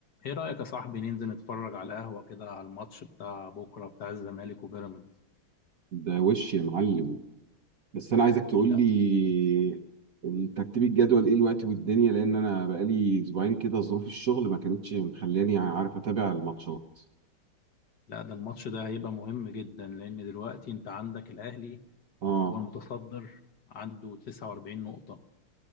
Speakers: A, on the left (about 55°); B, on the right (about 50°).
A: ايه رأيك يا صاحبي ننزل نتفرج على القهوة كده على الماتش بتاع بكرة بتاع الزمالك وبيراميدز
B: ده وش يا معلم بس انا عايزك تقول
A: لا
B: لي ترتيب الجدول ايه الوقت والدنيا لان انا بقالي اسبوعين كده ظروف الشغل ما كانتش مخلاني عارف اتابع الماتشات
A: لا، ده الماتش ده هيبقى مهم جدا لأن دلوقتي انت عندك الأهلي
B: اه
A: هو المتصدر عنده 49 نقطة